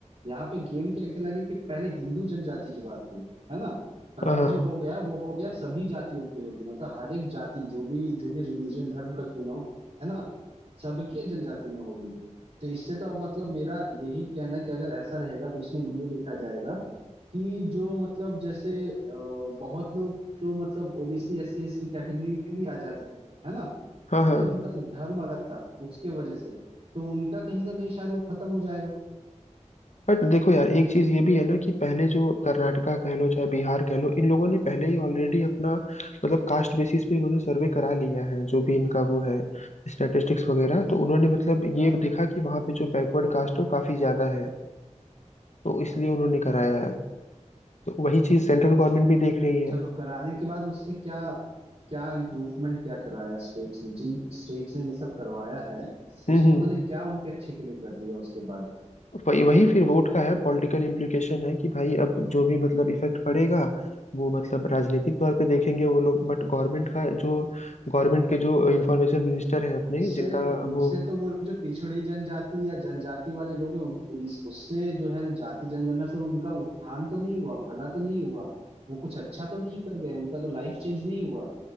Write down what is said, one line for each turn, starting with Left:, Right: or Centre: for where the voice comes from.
Right: यहाँ पे गेम क्या खेला गया कि पहले हिंदू जनजाति की बात थी है ना पर
Left: हाँ
Right: अब
Left: हाँ
Right: जो हो गया वो हो गया सभी जातियों की होगी मतलब हर एक जाति जो भी जो भी रिलीजन धर्म का क्यों ना हो है ना सबके जनजाति में होगी तो इससे तो अब मतलब मेरा यही कहना है कि अगर ऐसा रहेगा तो इसमें ये देखा जाएगा कि जो मतलब जैसे अ, बहुत लोग जो मतलब OBC S C S T category में भी आ जाते थे है ना क्योंकि
Left: हाँ हाँ
Right: उनका धर्म अलग था उसके वजह से तो उनका कहीं ना कहीं शायद वो खत्म हो जाएगा
Left: बट देखो यार एक चीज ये भी है ना कि पहले जो कर्नाटका कह लो चाहे बिहार कह लो इन लोगों ने पहले ही ऑलरेडी अपना मतलब कास्ट बेसिस पे इन्होंने सर्वे करा लिया है जो भी इनका वो है स्टैटिस्टिक्स वगैरह तो उन्होंने मतलब
Right: हाँ।
Left: ये देखा कि वहाँ पे जो बैकवर्ड कास्ट है वो काफी ज्यादा है तो इसलिए उन्होंने कराया है तो वही चीज सेंट्रल गवर्नमेंट भी देख रही
Right: अच्छा
Left: है
Right: तो कराने के बाद उससे क्या क्या इम्प्रूवमेंट क्या कराया स्टेट्स ने जिन स्टेट्स ने ये सब करवाया है
Left: हम्म
Right: उसमें
Left: हम्म
Right: उन्होंने क्या उनके अच्छे के लिए कर दिया उसके बाद
Left: वही वही फिर वोट का है पॉलिटिकल इम्प्लीकेशन है कि भाई अब जो भी मतलब इफेक्ट पड़ेगा वो मतलब राजनीतिक तौर पे देखेंगे वो लोग बट गवर्नमेंट का जो गवर्नमेंट के जो इंफॉर्मेशन मिनिस्टर हैं अपने
Right: उनसे
Left: जिनका
Right: उनसे
Left: वो
Right: तो वो जो पिछड़ी जनजाति या जनजाति वाले लोग हैं उन, उन उससे जो है ना जाति जनगणना से उनका उत्थान तो नहीं हुआ भला तो नहीं हुआ वो कुछ अच्छा तो नहीं कर गए उनका तो लाइफ चेंज नहीं हुआ